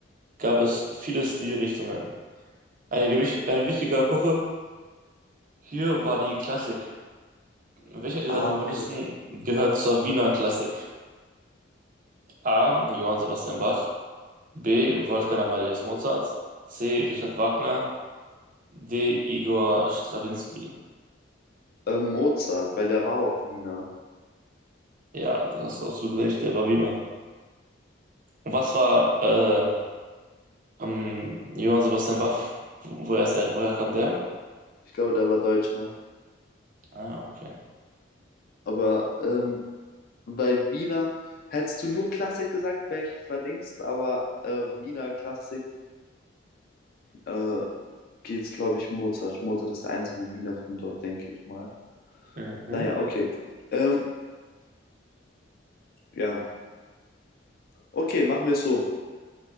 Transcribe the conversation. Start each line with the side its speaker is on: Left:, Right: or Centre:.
Right: gab es viele Stilrichtungen. Eine, gewicht, eine wichtige Epoche hier war die Klassik. Welcher dieser
Left: Ah,
Right: Komponisten
Left: okay.
Right: gehört zur Wiener Klassik? A. Johann Sebastian Bach. B. Wolfgang Amadeus Mozart. C. Richard Wagner. D. Igor Strawinski.
Left: Äh, Mozart, weil der war auch Wiener.
Right: Ja, da hast du absolut recht, der war Wiener. Und was war äh, am Johann Sebastian Bach? Wo- Woher, ist er, woher kam der?
Left: Ich glaube, der war Deutscher.
Right: Ah, okay.
Left: Aber ähm, bei Wiener hättest du nur Klassik gesagt, wäre ich verdingst, aber äh, Wiener Klassik äh, geht's, glaube ich, Mozart. Mozart ist der einzige Wiener von dort, denke ich mal.
Right: Mhm.
Left: Naja, okay. Ähm, ja. Okay, machen wir es so.